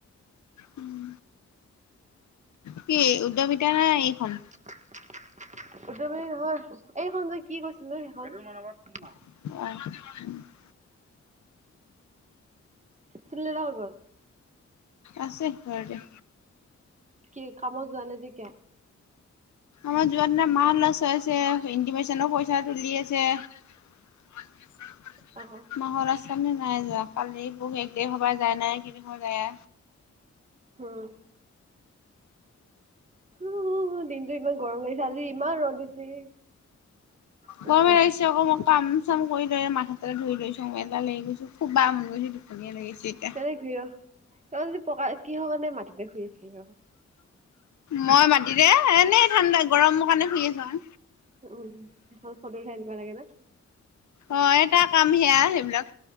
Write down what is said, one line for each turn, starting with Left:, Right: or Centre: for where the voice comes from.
Left: উম। কি উদ্যমিতা নাই এইখন।
Right: উওদয়বাৰী নহয় এইখন যে কি কৈছিলো সেইখনত
Left: অ'।
Right: চিল হৈ গ'ল।
Left: আছে ঘৰতে।
Right: কি কামত যোৱা নে যেতিয়া
Left: আমাৰ যোৱা দিনা মাহ লছ হৈ আছে, ইণ্টিমেশ্যন পইচা তুলি আছে। <unintelligible>
Right: অ'।
Left: মাহৰ আচ্ৰমী নাই যোৱা কালি বহু এক দে সবা যায় নাই কদ যায়।
Right: উম। উ, দিনটো ইমান গৰম গিছে আজি ইমান ৰ'দ দিছে। বহুত
Left: গৰমে
Right: ৰ'দ
Left: লাগিছে
Right: দিছে
Left: আকৌ মই কাম, চাম কৰি লৈ মাক হতে ধুই লৈছো মই এডাল লাগি গৈছো। খুবা মনগৈছি দুটোখনীয়া লাগিছিল।
Right: হেই ঘূত যদি পকা কিহৰ কাৰণে মাটিতে শুই আছিল অ'।
Left: মই মাতি দে এনেই ঠাণ্ডা গৰমৰ কাৰণে শুই আছো।
Right: উম, সেইখন ফটো উঠাই দিবা লাগে ন।
Left: অ, এটা কাম সেয়া সেইবিলাক